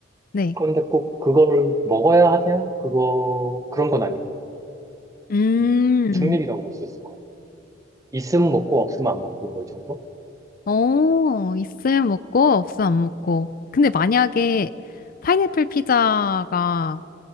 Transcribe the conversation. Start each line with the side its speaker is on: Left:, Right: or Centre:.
Left: 네.
Right: 그런데 꼭 그거를 먹어야 하냐? 그거 그런 건 아니고
Left: 음,
Right: 음, 중립이라고 볼 수 있을 것 같아요. 있으면 먹고 없으면 안 먹고 뭐 이 정도?
Left: 어, 있을 먹고, 없을 안 먹고. 근데 만약에 파인애플 피자가